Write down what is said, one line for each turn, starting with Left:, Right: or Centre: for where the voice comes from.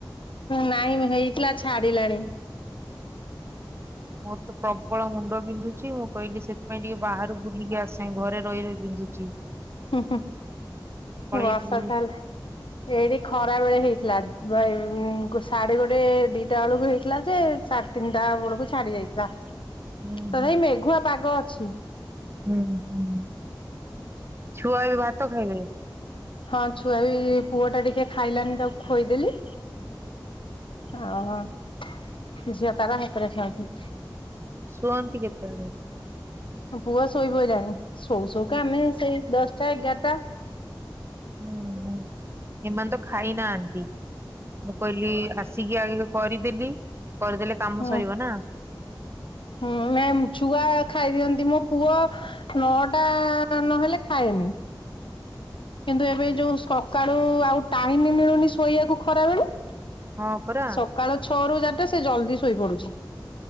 Left: ନାଇଁ ହେଇଥିଲା ଛାଡିଲାଣି।
Right: ମୋର ତ ପ୍ରବଳ ମୁଣ୍ଡ ବିନ୍ଧୁଛି, ମୁଁ କହିଲି ସେଥିପାଇଁ ଟିକେ ବାହାରୁ ବୁଲିକି ଆସେ ଘରେ ରହି ରହି ବିନ୍ଧୁଛି।
Left: ହୁଁ,
Right: ପଳେଇଥିଲି
Left: ହୁଁ, ବସ ତାହେଲେ। ଏଇଠି ଖରା ବେଳେ ହେଇଥିଲା ବାଇ ଉଁ, ସାଢ଼େ ଗୋଟେ ଦିଇଟା ବେଳକୁ ହେଇଥିଲା ଯେ ସା ତିନିଟା ବେଳକୁ ଛାଡି ଯାଇଥିଲା।
Right: ହୁଁ
Left: ତଥାପି
Right: ହୁଁ
Left: ମେଘୁଆ ପାଗ ଅଛି।
Right: ହୁଁ, ହୁଁ ଛୁଆ ଏବେ ଭାତ ଖାଇବେ?
Left: ହଁ ଛୁଆ ବି ପୁଅ ଟା ଟିକେ ଖାଇଲାନି ତାକୁ ଖୋଇଦେଲି। ଅଁ, ହଁ ଝିଅ ତାର ହାତରେ ଖାଉଛି।
Right: ଶୁଅନ୍ତି କେତେବେଳେ?
Left: ହଁ ପୁଅ ଶୋଇପଇଲାଣି ସୋଉ ସୋଉକା ଆମେ ସେଇ ଦଶଟା ଏଗାରଟା।
Right: ଉଁ, ହୁଁ ଏମାନେ ତ ଖାଇ ନାହାନ୍ତି, ମୁଁ କଇଲି ଆସ ସିକି ଆଗେ କରିଦେଲି, କରିଦେଲେ କାମ
Left: ହୁଁ
Right: ସରିବ ନା?
Left: ହୁଁ ନାଇଁ ଛୁଆ ଖାଇଦିଅନ୍ତି ମୋ ପୁଅ ନଅ ଟା ନହେଲେ ଖାଏନି। କିନ୍ତୁ ଏବେ ଯୋଉ ସକାଳୁ ଆଉ ଟାଇମ୍ ମିଳୁନି ଶୋଇବାକୁ ଖରା ବେଳେ।
Right: ହଁ ପରା
Left: ସକାଳ ଛଅ ରୁ ଜାନଥ ସେ ଜଲଦି ଶୋଇ ପଡୁଚି।